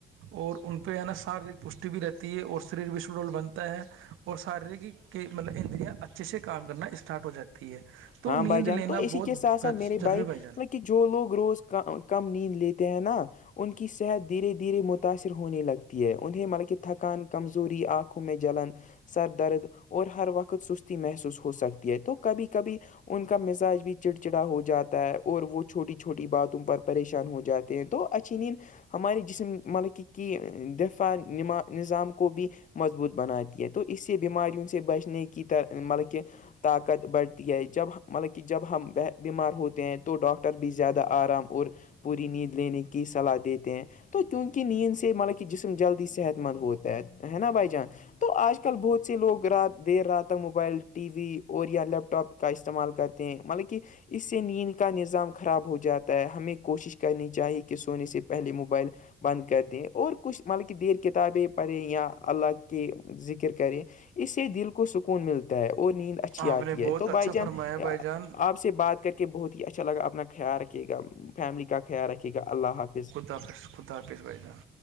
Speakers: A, on the right; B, on the left.
A: اور ان پہ ہے نا شاریک پشٹی بھی رہتی ہے اور شریر بھی سڈول بنتا ہے اور شارییریک مطلب اندریاں اچھے سے کام کرنا اسٹارٹ ہو جاتا ہے ہے تو
B: ہاں بھائی
A: نیند
B: جان
A: لینا
B: تو اسی
A: بہت
B: کے ساتھ ساتھ میرے
A: ضروری بھائی
B: مطلب
A: جان
B: کہ جو لوگ روز کم نیند لیتے ہیں نا ان کی صحت دھیرے دھیرے متاثر ہونے لگتی ہے انہیں ملکی تھکان کمزوری آنکھوں جلن سر درد اور ہر وقت سستی محسوس ہو سکتی ہے تو کبھی کبھی ان کا مزاج بھی چڑ چڑا ہو جاتا ہے اور وہ چھوٹی چھوٹی باتوں پر پریشان ہو جاتی تو اچینین ہمارے جسم ملکی کی دفاعم نظام کو بھی مضبوط بناتی ہے تو اس سے بیماریوں سے بچنے کی طر مطلب کہ طاقت بڑ یہ جب مطلب کہ جب ہم بیمار ہوتے ہیں تو ڈاکٹر بھی زیادہ آرام اور پوری نیند لینے کی صلاح دیتے ہیں تو کیونکہ نیند سے مطلب کہ جسم جلدی صحت مند ہوتا ہے ہے نا بھائی جان تو آج کل بہت سے لوگ رات دیر رات تک موبائل ٹی وی اور یا لیپٹاپ ٹاپ کا استعمال کرتے ہیں مطلب کہ اس سے نیند کا نظام خراب ہو جاتا ہے ہمیں کوشش کرنی چاہیے کہ سونے سے پہلے موبائل بند کر دیں اور کچھ مطلب کہ دیر کتابیں پڑھیں یا اللہ کی ذکر کریں اس سے دل کو سکون ملتا ہے اور نیند اچھی
A: آپ
B: آتی
A: نے بہت
B: ہے تو
A: اچھا
B: بائی جان
A: فرمایا بھائی
B: آ
A: جان
B: آ سے بات کر کے بہت ہی اچھا لگا اپنا خیال رکے گا فیملی کا خیال رکھے گا اللہ حافظ
A: خدا پ خدا پس بائیان